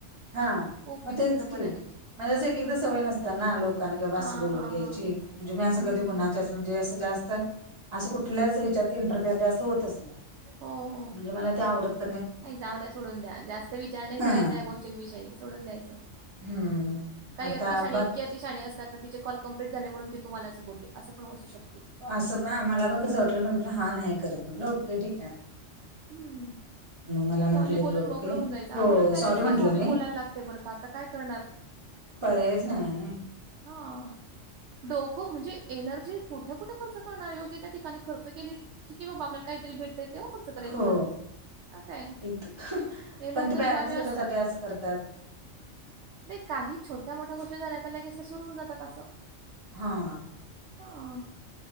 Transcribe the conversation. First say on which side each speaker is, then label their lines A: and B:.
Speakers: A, on the right; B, on the right.
A: हा
B: खूप
A: मग
B: विचित्रपणा
A: तेच की,
B: आहे.
A: म्हणजे अस एक एकदा सवय नसतात ना. लोक लोकना क
B: हां,
A: असं बोलून
B: हां,
A: घ्यायची
B: हां.
A: म्हणजे. मी असं
B: हं.
A: कधी कुणाच्याच म्हणजे असं जास्त. असं कुठल्याच ह्याच्यात इंटरफेअर जा अस होतच नाही.
B: हो, हो.
A: म्हणजे मला ते आवडत नहीं,
B: नाही जाऊ द्या, सोडून द्या जास्त विचार नाही करायचा
A: हा
B: या गोष्टींविषयी सोडून द्यायचं.
A: हम्म
B: काही
A: आता
B: अतिशाणे,
A: बाकी
B: इतकीे अतिशाणी असतात? तिचे कॉल कंप्लीट झाले, म्हणून ती तुम्हालां बोलली असं पण असू शकते.
A: असं पण आ मला पण कसं वाटलंटलं हा नाही करत म्हटलं े ठिकाणी.
B: हं.
A: मला
B: सॉरी
A: म्हटलेत
B: बोलून
A: बघके
B: मोकळं होऊन जायचं आम्हाला
A: हो,..
B: पॅरेंट्सला
A: सॉरी म्हंटलं मी
B: बोलायला लागते बरं का आता काय करणार?
A: पर्याच नाही ना.
B: हा डोकं म्हणजे, एनर्जी कुठे कुठं कसं करणार. योग्य त्या ठिकाणी खर्च केली ठीके बाबा आपला काहीतरी भेटत तेव्हा, खर्च करायची
A: हो
B: ना. ह काय
A: इत
B: हे
A: पण
B: लोकरी
A: ते पॅरेंट्स
B: कामीे असतात?
A: कशासाठी असं करतात
B: ते काही छोट्या मोठ्या गोष्टी झाल्या तर लगेच सुरु होन जातात असं,
A: हां,
B: हा,